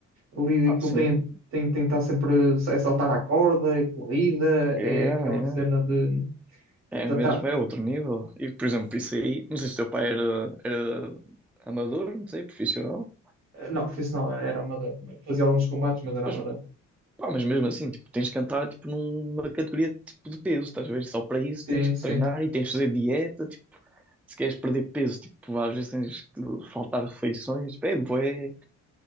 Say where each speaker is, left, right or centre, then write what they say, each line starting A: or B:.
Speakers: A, on the right; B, in the centre.
A: Ali,
B: Ah,
A: aquilo
B: sim.
A: tem, tem, tem que estar sempre a saltar à corda, é corrida,
B: É,
A: é
B: é,
A: aquela cena de.
B: é
A: tentar-
B: mesmo, é outro nível. E, por exemplo, isso aí, não sei se o teu pai era, era amador, não sei, profissional.
A: Não, profissional, era amador, fazia alguns combates, mas era
B: Pois
A: amador.
B: Pá, mas mesmo assim, tipo, tens de cantar tipo, numa categoria tipo, de peso, estás a ver? Só para isso
A: Sim,
B: tens que
A: sim.
B: treinar e tens de fazer dieta, tipo, se queres perder peso, tipo, às vezes tens que faltar refeições, é bué,